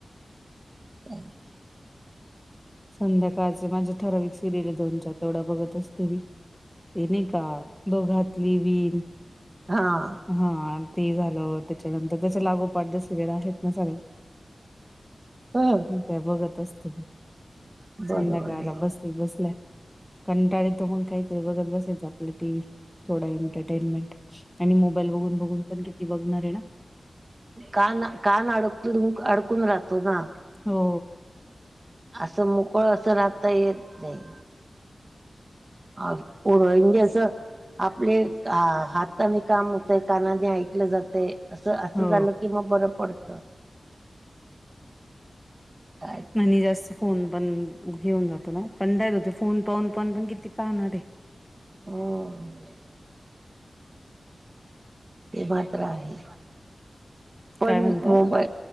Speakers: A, on the right (about 35°); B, in the centre.
A: <unintelligible>
B: संध्याकाळचे माझे ठराविक सिरियल हे, दोन चार तेवढ्या बघत अस ते, ते नाही का दोघातली विण
A: हां
B: हा ते झालं, त्येच्यानंतर त्याच्या लागोपाठ जे सिरियल आहेत ना सगळ्या <unintelligible>
A: ह
B: त्या बघत असते
A: बरोबर
B: संध्याकाळला
A: आहे.
B: बसली बसल्या. कंटाळ येतो मग काहीतरी बघत बसायचं आपलं टीव्ही थोडा एंटरटेनमेंट. आणि मोबाईल बघून, बघून पण किती बघणार हे ना.
A: कान, कान अडक, अडकून राहतो ना.
B: हो.
A: असं मोकळ असं राहता येत नाही. अ पुरर्जे असं आपले हाताने काम हुतंय कानाने ऐकलं जातयं असं, असं
B: हो
A: झालं की मग बरं पडतं. काय
B: नाही
A: ते
B: जास्त फोन पण घेऊन जातो ना, कंटाळा येतो फोन पाहून, पाहून पण किती पाहणार हे
A: हों ते मात्र आहे, पण
B: काय म्हणता
A: मोबा